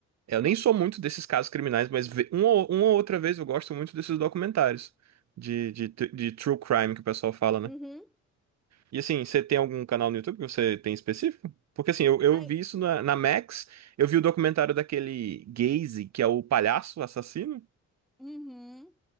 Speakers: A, on the right (about 60°); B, in the centre.
A: Eu nem sou muito desses casos criminais, mas ve- uma ou uma ou outra vez eu gosto muito desses documentários de, de, tr- de true crime que o pessoal fala, né?
B: Uhum.
A: E assim, você tem algum canal no YouTube que você tem específico? Porque assim, eu, eu
B: Aí,
A: vi isso na, na Max, eu vi o documentário daquele Gacy, que é o palhaço assassino,
B: uhum.